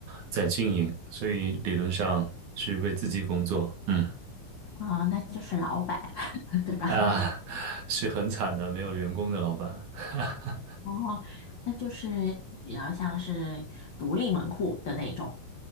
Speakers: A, on the right (about 60°); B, on the left (about 70°).
A: 在经营，所以理论上是为自己工作，嗯
B: 哦，那就是老板，<laughs> 对吧？
A: 啊，是很惨的，没有员工的老板。<laughs>
B: 哦，那就是比较像是独立门户的那种。